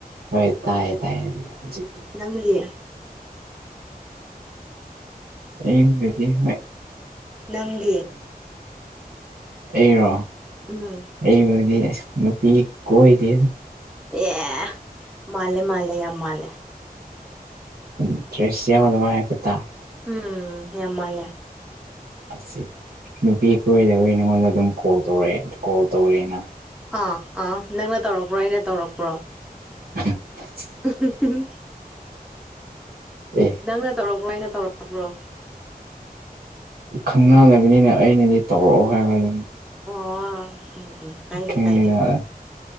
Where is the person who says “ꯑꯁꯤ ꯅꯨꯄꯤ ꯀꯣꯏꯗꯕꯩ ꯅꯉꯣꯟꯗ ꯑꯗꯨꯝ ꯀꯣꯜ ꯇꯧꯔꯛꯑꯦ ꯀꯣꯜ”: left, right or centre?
Right